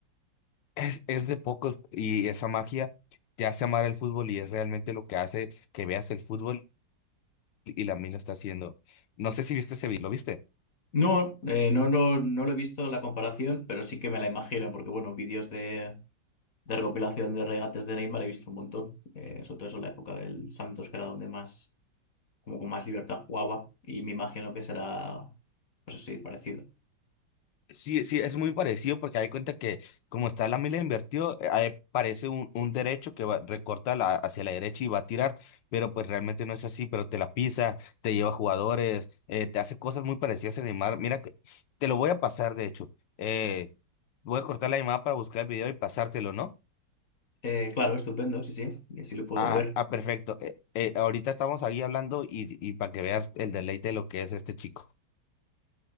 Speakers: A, on the left; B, on the left.
A: Es, es de pocos y esa magia. te hace amar el fútbol y es realmente lo que hace que veas el fútbol y la mil lo está haciendo. No sé si viste ese video, ¿lo viste?
B: No, eh, no, no, no lo he visto la comparación, pero sí que me la imagino, porque bueno, vídeos de, de recopilación de regates de Neymar he visto un montón, eh, sobre todo eso en la época del Santos, que era donde más, como con más libertad jugaba, y me imagino que será, pues así, parecido.
A: Sí, sí, es muy parecido porque hay cuenta que como está la mila invertido, eh, ahí parece un, un derecho que va, recorta la- hacia la derecha y va a tirar, pero pues realmente no es así, pero te la pisa, te lleva jugadores, eh, te hace cosas muy parecidas a Neymar. Mira que te lo voy a pasar, de hecho. Eh, voy a cortar la llamada para buscar el video y pasártelo, ¿no?
B: Eh, claro, estupendo, sí, sí, y así lo puedo
A: Ah,
B: ver.
A: ah, perfecto. Eh, eh, ahorita estamos ahí hablando y, y para que veas el deleite de lo que es este chico.